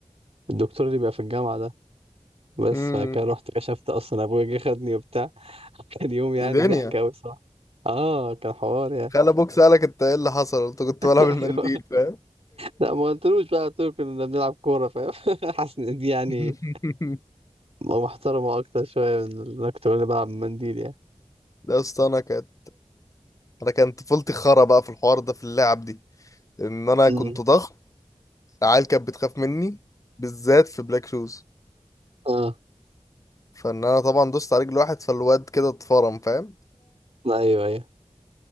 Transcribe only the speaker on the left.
مم.
دي دنيا
خلى ابوك سألك انت ايه اللي حصل قلت كنت
بلعب المنديل
فاهم
<laughs>
لا اصل انا كانت انا كانت طفولتي خرا بقى في الحوار ده في اللعب دي ان انا
كنت ضخم العيال كانت بتخاف مني بالذات في بلاك شوز
فان انا طبعا دوست على رجل واحد فالواد كده اتفرم فاهم